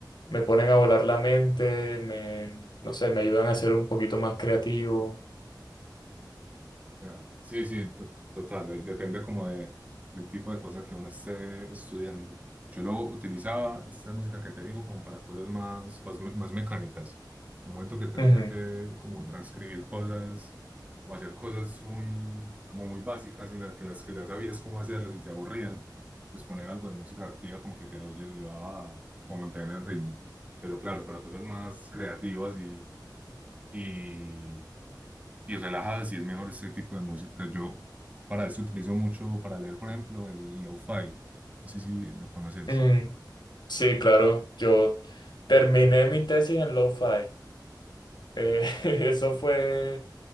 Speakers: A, on the left (about 70°); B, on the right (about 20°).
A: me ponen a volar la mente, me, no sé, me ayudan a ser un poquito más creativo.
B: Ya. Sí, sí, to- total. ahí depende como de, del tipo de cosas que uno esté estudiando. Yo lo utilizaba, esta música que te digo, como para cosas más, más, me- más mecánicas. Un momento que tendría
A: Ujú,
B: que como transcribir cosas o hacer cosas muy, como muy básicas en, la- que las que ya sabías cómo hacerlas y te aburrían, pues poner algo de música activa como que te ayudaba a como mantener el ritmo. Pero claro, para cosas más creativas y... y y relajada, sí es mejor este tipo de música. Yo para esto utilizo mucho para leer, por ejemplo, el lo-fi. No sé si lo conoces.
A: ujú. Sí, claro, yo terminé mi tesis en lo-fi. Eh,
B: Sí,
A: <laughs> eso
B: ¿verdad?
A: fue